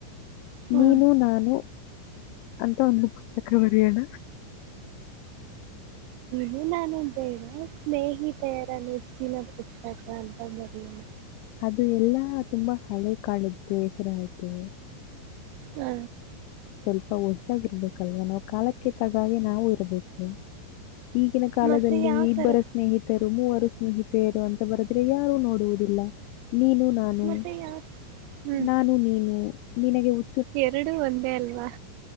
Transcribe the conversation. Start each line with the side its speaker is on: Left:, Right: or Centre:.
Right: ಹಾ
Left: ನೀನು ನಾನು. ಅಂತ ಒಂದು ಪುಸ್ತಕ ಬರಿಯಣ.
Right: ಹು ನಾನು ಬೇಡ ಸ್ನೇಹಿತೆಯರ ನೆಚ್ಚಿನ ಪುಸ್ತಕ ಅಂತ ಬರಿಯಣ.
Left: ಅದು ಎಲ್ಲಾ ತುಂಬಾ ಹಳೆ ಕಾಳದ್ದು ಹೆಸ್ರಾಯ್ತು.
Right: ಹಾ
Left: ಸ್ವಲ್ಪ ಹೊಸ್ದಾಗಿರ್ಬೇಕಲ್ವಾ ನಾವ್ ಕಾಲಕ್ಕೆ ತಗಾಗೆ ನಾವು ಇರ್ಬೇಕು ಈಗಿನ ಕಾಲದಲ್ಲಿ
Right: ಮತ್ತೆ ಯಾವ
Left: ಇಬ್ಬರ
Right: ತರ
Left: ಸ್ನೇಹಿತರು ಮೂವರು ಸ್ ಸ್ನೇಹಿತೆಯರು ಅಂತ ಬರುದ್ರೆ ಯಾರು ನೋಡುವುದಿಲ್ಲ ನೀನು ನಾನು
Right: ಮತ್ತೆ ಯಾವ ಹ್ಮ್
Left: ನಾನು ನೀನು ನಿನಗೆ ಉ
Right: ಎರಡು ಒಂದೇ ಅಲ್ವಾ